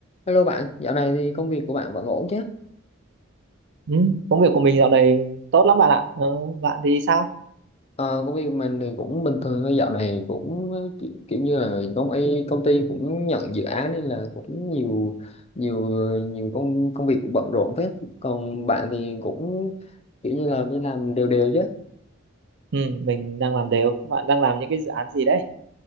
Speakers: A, on the left; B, on the right.
A: Hello bạn, dạo này thì công việc của bạn vẫn ổn chứ?
B: Ừ, công việc của mình dạo này tốt lắm bạn ạ. Ờ, bạn thì sao?
A: Ờ, công việc mình thì cũng bình thường thôi, dạo này cũng ờ, kiểu, kiểu như là công y công ty cũng nhận dự án nên là cũng nhiều nhiều nhiều công công việc cũng bận rộn phết. Còn bạn thì cũng kiểu như là đi làm đều đều chứ?
B: Ừ, mình đang làm đều. Bạn đang làm những cái dự án gì đấy?